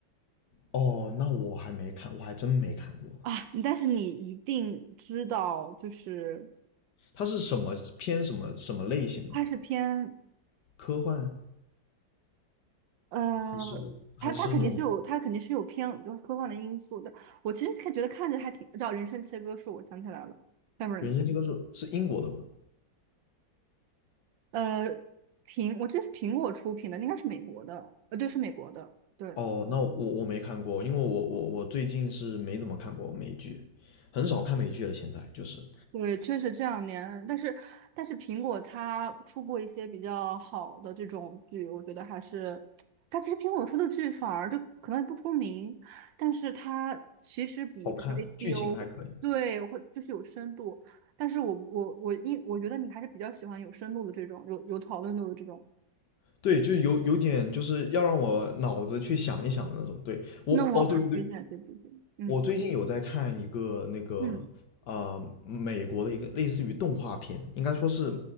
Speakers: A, on the left; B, on the right.
A: 哦，那我还没看，我还真没看过。
B: 啊。但是你一定知道，就是
A: 它是什么偏什么什么类型的？
B: 它是偏。
A: 科幻
B: 呃，
A: 还是还是那种
B: 他他肯定是有，他肯定是有偏就是科幻的因素的。我其实看觉得看着还挺叫《人生切割术》，我想起来了，Severance。
A: 人生教科书？是英国的吗？
B: 呃，苹，我这是苹果出品的，应该是美国的，呃，对，是美国的，对。
A: 哦，那我我没看过，因为我我我最近是没怎么看过美剧，很少看美剧了。现在就是
B: 对，确实这两年，但是但是苹果它出过一些比较好的这种剧，我觉得还是，它其实苹果出的剧反而就可能不出名，但是它其实比比如说
A: 好看，
B: HBO
A: 剧情还可以。
B: 对或就是有深度，但是我我我因我觉得你还是比较喜欢有深度的这种，有有讨论度的这种，
A: 对，就是有有点就是要让我脑子去想一想的那种。对我，
B: 那我很推荐这部剧，
A: 哦，对对对，
B: 嗯
A: 我最近有在看一个那个呃美国的一个类似于动画片，
B: 嗯
A: 应该说是